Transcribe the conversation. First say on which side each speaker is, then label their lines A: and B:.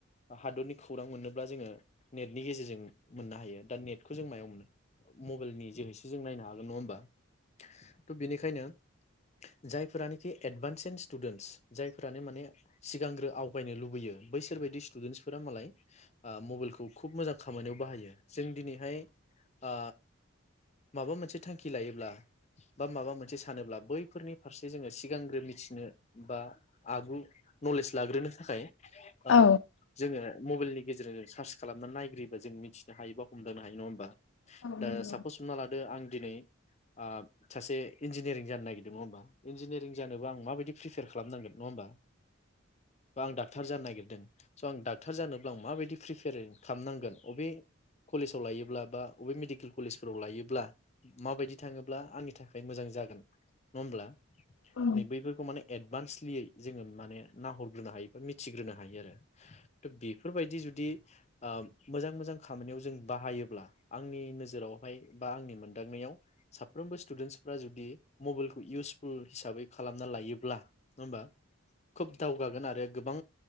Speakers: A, on the left; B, on the left.
A: हादरनि खौरां मोननोब्ला जोङो नेटनि गेजेरजों मोननो हायो दा नेटखौ जों मायाव मोनो मबाइलनि जोहैसो जों नायनो हागोन नङा होमबा? थ' बेनिखायनो जायफोरानोखि एडभान्स सिन स्टुडेन्टस जायफोर <unintelligible> माने सिगांग्रो आवगायनो लुबैयो बैसोरबायदि स्टुडेन्टसफोरा मालाय आ मबाइलखौ खुब मोजां खामानियाव बाहायो जों दिनैहाय आ माबा मोनसे थांखि लायोब्ला बा माबा मोनसे सानोब्ला बैफोरनि फारसे जोङो सिगांग्रो मिथिनो बा आगु नलेज लाग्रोनो थाखाय ओ
B: औ
A: जोङो मबाइलनि गेजेरजों जों सार्च खालामना नायग्रोयोबा जों मिथिनो हायो बा हमदांनो हायो नङा होमबा?
B: औ
A: दा
B: नंगौ
A: सापस हमना लादो आं दिनै आ सासे इन्जिनियारिं जानो नागिरदों नङा होमबा? इन्जिनियारिं जानोबा आं माबायदि फ्रिफार खालामनांगोन नङा होमबा? द बा आं डाक्टर जानो नागिरदों स' आं डाक्टर जोब्ला आं माबायदि फ्रिफेयारिं खामनांगोन अबे कलेजाव लायोब्ला बा अबे मेडिकेल कलेजफोराव लायोब्ला माबायदि थाङोब्ला आंनि था मोजां जागोन नङा होमब्ला?
B: औ
A: नै बैफोरखौ माने एडभान्स <unintelligible> जोङो माने नाहरग्रोनो हायो बा मिथिग्रोनो हायो आरो थ' बेफोरबायदि जुदि अ मोजां मोजां खामानियाव जों बाहायोब्ला आंनि नोजोरावहाय बा आंनि मोनदांनायाव साफ्रोमबो स्टुडेन्टसफ्रा जुदि मबाइलखौ इउसफुल हिसाबै खालामना लायोब्ला नङा होमबा? खोब दावगागोन आरो गोबां